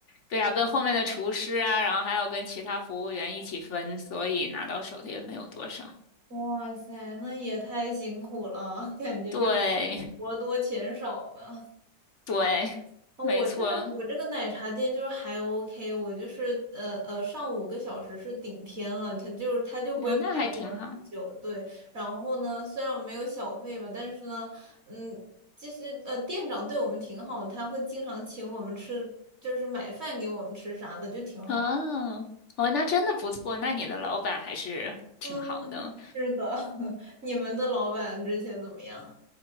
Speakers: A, on the left; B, on the right.
A: 对啊，跟后面的厨师啊，然后还要跟其他服务员一起分，所以拿到手的也没有多少。
B: 哇塞，那也太辛苦了，感觉就是
A: 对
B: 活多钱少呢。
A: 对，
B: 哦我这个我这个奶茶店就是还
A: 没错，
B: OK，我就是呃呃上五个小时是顶天了，他就是他就不会排我很久，
A: 哦，那还挺好
B: 对。然后呢，虽然我没有小费吧，但是呢，嗯，其实呃店长对我们挺好的，他会经常请我们吃，就是买饭给我们吃啥的，就挺好。
A: 哦哦，那真的不错，那你的老板还是挺好的。
B: 嗯，是的，<laughs> 你们的老板之前怎么样？